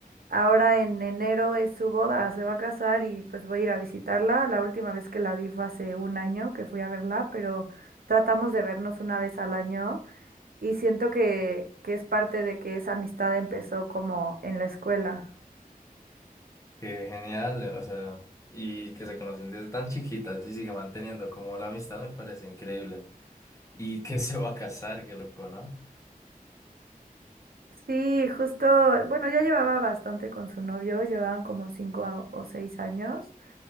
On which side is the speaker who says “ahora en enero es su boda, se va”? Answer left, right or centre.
Right